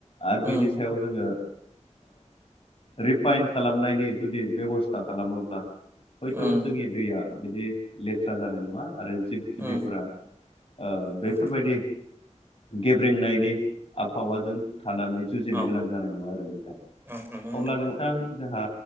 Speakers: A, on the left; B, on the right.
A: आरो
B: उम
A: बिनि सायाव जोङो रिफाइन खालामनायनि जुदि बेब'स्था खालामोब्ला हयथ'
B: उम
A: जोंनि दैया बिदि लेथ्रा जानाय नङा आरो जिब जिबिफोरा
B: उम
A: ओ बैफोरबायदि
B: उम
A: गेब्रेंनायनि आबहावाजों थानानै जुजिनो
B: औ
A: गोनां जानाय नङा आरो नोंथां।
B: औ नंगौ
A: अब्ला नोंथां जोंहा